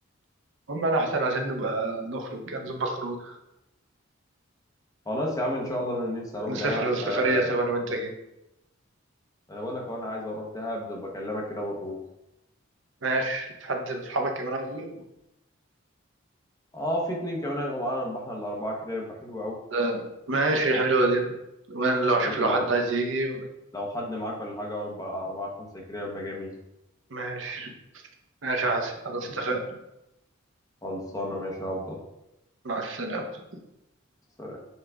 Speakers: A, on the right; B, on the left.
A: هم انا احسن عشان نبقى نخرج كده نظبط خروج
B: خلاص يا عم إن شاء الله أنا نفسي أروح
A: نسافر
B: دهب فأنا
A: سفرية سوا انا وانت كده
B: بقول لك أهو أنا عايز أروح دهب بكلمك كده ونروح
A: ماشي في حد من اصحابك كمان عايز يجي
B: اه في اتنين كمان هيبقوا معانا نبقى احنا الاربعه كده يبقى حلو قوي
A: آه. ماشي حلوة دي وانا لو اشوف
B: وانت
A: لو
B: لو
A: حد عايز يجي
B: لو حد معاك ولا حاجه يبقى اربعه خمسه كده يبقى جميل
A: ماشي ماشي يا حسن خلاص اتفقنا
B: خلصانه ماشي يا عبد الله
A: مع السلامة
B: سلام.